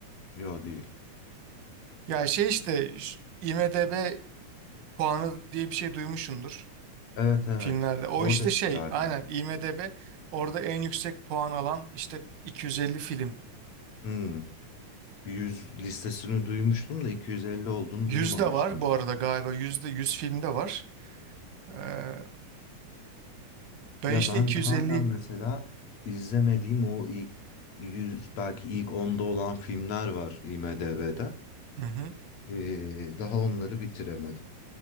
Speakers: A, on the left (about 65°); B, on the right (about 70°).
A: Yok değil.
B: Ya şey işte ş- IMDb puanı diye bir şey duymuşsundur.
A: Evet evet.
B: filmlerde. O
A: Oradakilerden.
B: işte şey aynen IMDb orada en yüksek puan alan işte 250 film.
A: Hmm. 100 listesini duymuştum da 250 olduğunu
B: Yüzde
A: duymamıştım
B: var bu
A: ya.
B: arada galiba yüzde 100 filmde var. Ee, ben
A: Ya
B: işte
A: ben
B: 250.
A: hala mesela izlemediğim o ilk 100 belki ilk onda olan filmler var IMDb'de.
B: Hı hı.
A: Ee, daha onları bitiremedim.